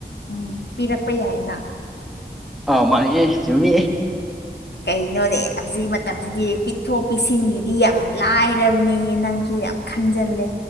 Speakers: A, on the left (about 70°); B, in the centre.
A: ꯎꯝ ꯄꯤꯔꯛꯄ ꯌꯥꯏꯅ
B: ꯑ ꯃꯅꯤꯌꯦ ꯆꯨꯝꯃꯤ
A: ꯀꯩꯅꯣꯅꯦ ꯍꯧꯖꯤꯛ ꯃꯇꯝꯁꯤꯗꯤ ꯄꯤꯊꯣꯛ ꯄꯤꯁꯤꯟꯒꯤꯗꯤ ꯌꯥꯝ ꯂꯥꯏꯔꯕꯅꯦꯍꯦ ꯅꯪꯁꯨ ꯌꯥꯝ ꯈꯟꯖꯜꯂꯦ